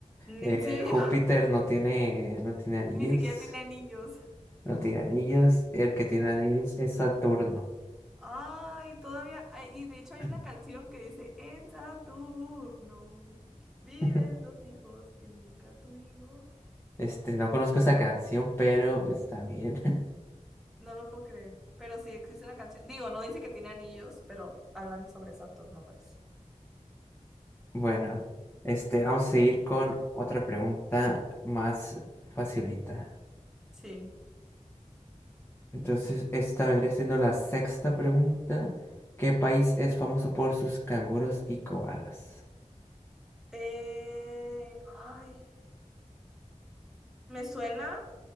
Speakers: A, in the centre; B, on the left.
A: ¿En
B: Eh,
A: serio?
B: Júpiter
A: <laughs>
B: no tiene, no tiene anillos.
A: Ni siquiera tiene anillos.
B: No tiene anillos. El que tiene anillos es Saturno.
A: Ay, todavía hay- y de hecho hay
B: <clears throat>
A: una canción que dice, En Saturno viven
B: <laughs>
A: los hijos que nunca tuvimos.
B: Este, no conozco esta canción, pero está bien. <laughs>
A: No lo puedo creer, pero sí existe una canción. Digo, no dice que tiene anillos, pero hablan sobre Saturno, pues.
B: Bueno, este, vamos a
A: ¿Qué?
B: seguir con otra pregunta más facilita.
A: Sí.
B: Entonces, esta vendría siendo la sexta pregunta. ¿Qué país es famoso por sus canguros y koalas?
A: Eh, ay, me suena